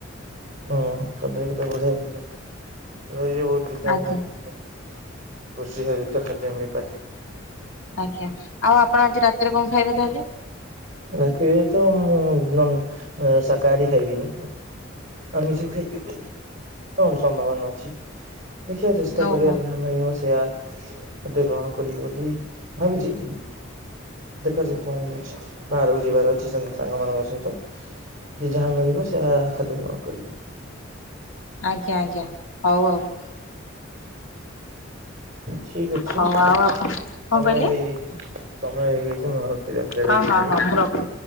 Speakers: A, on the right (about 40°); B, on the left (about 80°).
A: ହଁ କଦଳି କେତେ ବଢ଼ିଆ ଜିନିଷ ସେଥିରେ ବହୁତ ଭିଟାମିନ୍
B: ଆଜ୍ଞା
A: ଅଛି। କୃଷିି ହେରିତ ଖାଦ୍ୟ ମିଳିପାରେ।
B: ଆଜ୍ଞା ଆଉ ଆପଣ ଆଜି ରାତିରେ କଣ ଖାଇବେ ତାହେଲେ?
A: ରାତିରେ ତ ନନ୍ ଶାକାହାରୀ ଖାଇବିନି। ଆମିଷ ଖାଇବି ବୋଲି ସମ୍ଭାବନା ଅଛି। ଦେଖିଆ ଚେଷ୍ଟା
B: ଓହୋ
A: କରିବା ଯାହା ଆମେ ସେୟା ଖାଦ୍ୟ ଗ୍ରହଣ କରିବି ବୋଲି ଭାବିଛି ଦେଖାଯାଉ କଣ ହେଉଛି। ବାହାରକୁ ଯିବାର ଅଛି ସା ସାଙ୍ଗମାନଙ୍କ ସହିତ ଯିଏ ଯାହା ମିଳିବ ସେୟା ଖାଦ୍ୟ ଗ୍ରହଣ କରିବି।
B: ଆଜ୍ଞା ଆଜ୍ଞା ହଉ ହଉ।
A: ଠିକ ଅଛି
B: ହଉ ହଉ
A: ସମୟ
B: ଆଉ ଆପଣ କଣ କହିଲେ
A: ହେଇଯାଇ ସମୟ ହେଇଯାଇଛି ମୁଁ ରଖିବାଟା
B: ହଁ
A: ଠିକ୍
B: ହଁ
A: ହବ।
B: ହଁ ମୁଁ ରଖୁଛି।